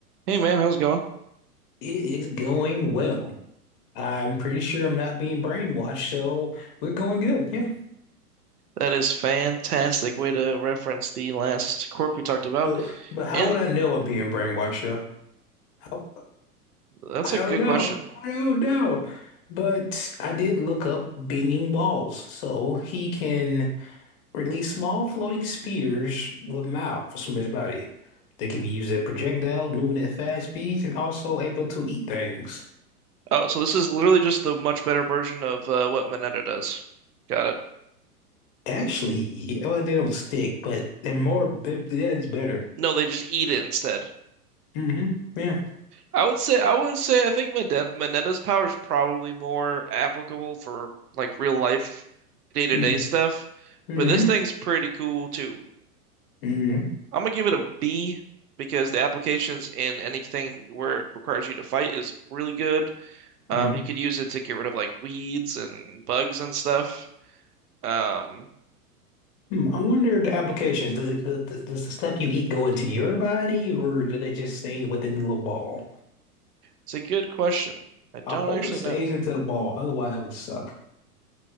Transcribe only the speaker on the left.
It is going well. I'm pretty sure I'm not being brainwashed, so we're going good. Yeah.
But but how
would I know I'm being brainwashed though? How,
I
don't
know.
I don't know. But I did look up Binging Balls. So he can release small floating spears with mouths from his body. They can be used as projectiles, moving at fast speeds, and also able to eat things.
Actually, well, they don't stick, but they're more, that's better.
hmm Yeah.
Mm-hmm.
Mm-hmm.
Mm-hmm.
Mm-hmm.
Hmm, I wonder the applications. Does it, does, does the stuff you eat go into your body, or do they just stay within the little ball?
I hope
it stays
into the ball. Otherwise, that would suck.